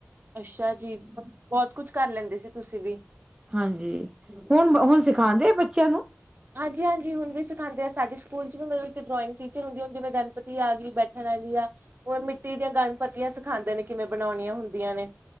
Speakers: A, on the right; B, on the right.
A: ਅੱਛਾ ਜੀ, ਬ ਬਹੁਤ ਕੁੱਛ ਕਰ ਲੈਂਦੇ ਸੀ ਤੁਸੀਂ ਵੀ
B: ਹਾਂਜੀ, ਹੁਣ-ਹੁਣ ਸਿਖਾਂਦੇ ਬੱਚਿਆਂ ਨੂੰ
A: ਹਾਂਜੀ-ਹਾਂਜੀ ਹੁਣ ਵੀ ਸਿਖਾਂਦੇ ਆ, ਸਾਡੇ ਸਕੂਲ 'ਚ ਵੀ ਮਤਲਬ ਇੱਕ ਡਰੋਇੰਗ ਟੀਚਰ ਹੁੰਦੀ, ਹੁਣ ਜਿਵੇਂ ਗਣਪਤੀ ਆ ਗੀ, ਬੈਠਣ ਆਗੀ ਆ। ਉਹ ਮਿੱਟੀ ਦੀਆਂ ਗਣਪਤੀਆਂ ਸਿਖਾਂਦੇ ਨੇ ਕਿਵੇਂ ਬਣਾਉਣੀਆਂ ਹੁੰਦੀਆਂ ਨੇ।